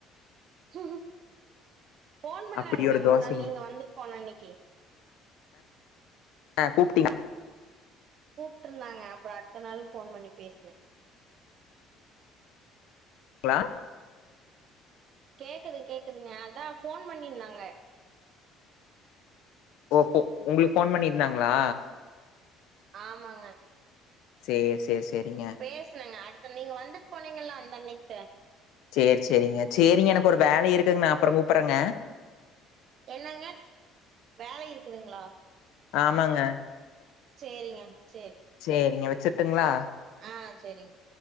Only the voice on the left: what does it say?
அப்டி ஒரு
தோசைங்க
ஆ கூப்ட்டீங்
ங்களா
ஓ ஹோ உங்ளுக்கு ஃபோன் பண்ணிருந்தாங்ளா
சேர் சேர் செரிங்க
சேரி சேரிங்க சேரிங்க எனக்கு ஒரு வேலை இருக்குதுங்க நா அப்றோ கூப்புட்றங்க
ஆமாங்க
சேரிங்க வச்சுட்டுங்ளா